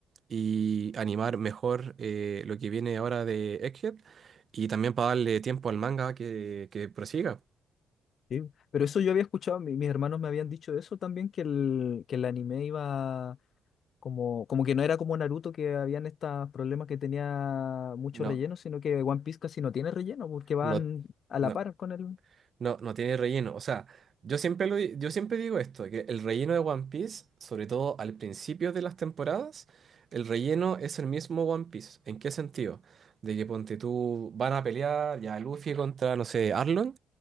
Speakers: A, on the right; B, on the left.
A: y animar mejor eh, lo que viene ahora de Egghead y también para darle tiempo al manga que, que prosiga.
B: sí. Pero eso yo había escuchado, mi- mis hermanos me habían dicho eso también, que el, que el anime iba, Como, como que no era como Naruto que habían estos problemas que tenía mucho
A: No,
B: relleno, sino que One Piece casi no tiene relleno porque van
A: no,
B: a
A: no,
B: la par con él.
A: no, no tiene relleno. O sea, yo siempre, lo di- yo siempre digo esto, que el relleno de One Piece, sobre todo al principio de las temporadas, el relleno es el mismo One Piece. ¿En qué sentido? De que ponte tú, van a pelear ya Luffy contra, no sé, Arlong.